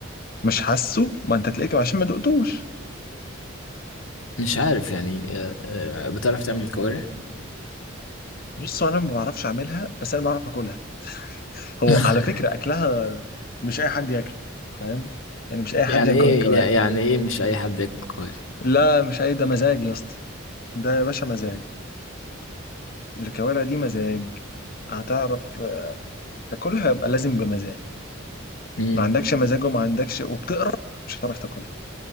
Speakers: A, on the left; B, on the left.
A: مش حاسه ما أنت تلاقيك عشان ما دقتوش
B: مش عارف يعني آه، آه، بتعرف تعمل كوارع
A: بص أنا ما بعرفش أعملها بس أنا بعرف أكلها هو
B: <laughs>
A: على فكرة أكلها مش أي حد ياكله فاهم يعني مش أي حد
B: يعني
A: ياكل
B: إيه
A: الكوارع
B: يع- يعني إيه مش أي حد ياكل كوارع
A: لا مش أي ده مزاج يا اسطى ده يا باشا مزاج الكوارع دي مزاج هتعرف تاكلها يبقى لازم بمزاج
B: مم.
A: ما عندكش مزاج وما عندكش وبتقرا مش هتعرف تاكلها